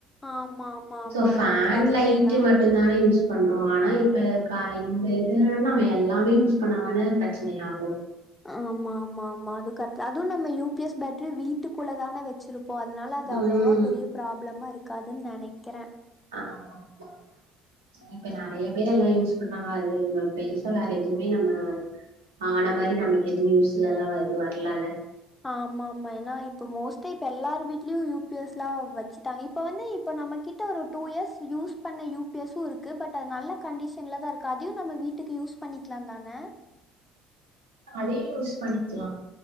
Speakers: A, on the left (about 15°); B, on the right (about 75°).
A: ஆமா ஆமா ஆமா
B: சோ பேன்
A: அதுவு கரெக்ட்டு
B: லைட்
A: தா
B: மட்டுும் தானே யூஸ் பண்றோ ஆனா இப்ப இந்த இது நம்ம எல்லாமே யூஸ் பண்ணாதான பிரச்சனையா
A: ஆமா ஆமா ஆமா அது கரெக் அதுவு நம்ம யூ பிஎஸ் பேட்டரி வீட்டுக்குள்ள தானே வச்சிருக் இப்போ அதனால அது
B: ம்
A: அவ்வளோவா பெரிய ப்ராப்ளமா இருக்காதுன்னு நினைக்கிறே
B: ஆமா ஆமா இப்ப நறைய பேரு எல்லாம் யூஸ் அப்பனா அதும பெருசா வேற எதுவுமே நம்ம ஆன மாரி நமக்கு எது நியூஸ்ல எல்லா இது வரலல
A: ஆமா ஆமா ஏன்னா இப்ப மோஸ்ட்ல இப்ப எல்லார வீட்லயு யூ பி எஸ் லா வச்சுட்டாங்க இப்ப வந்து இப்ப நம்ம கிட்ட ஒரு டூ இயர்ஸ் யூஸ் பண்ண யூ பி எஸ் இருக்கு பட் அது நல்ல கண்டிஷன்ல தான் இருக்கு அதையும் நம்ம வீட்டு வீட்டுக்கு யூஸ் பண்ணிக்கலா தானே
B: அதையு யூஸ் பண்ணிக்கலா